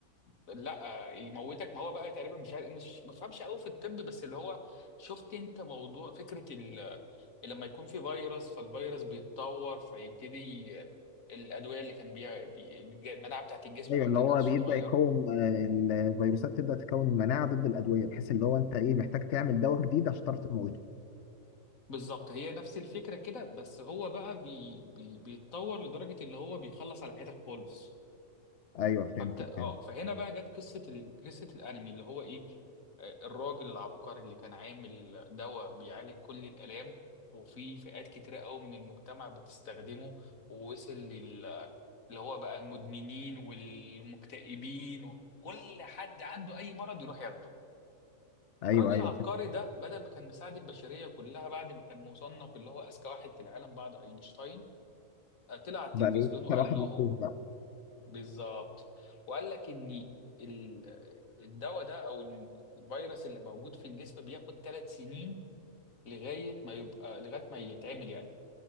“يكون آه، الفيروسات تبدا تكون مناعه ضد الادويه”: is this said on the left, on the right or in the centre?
Left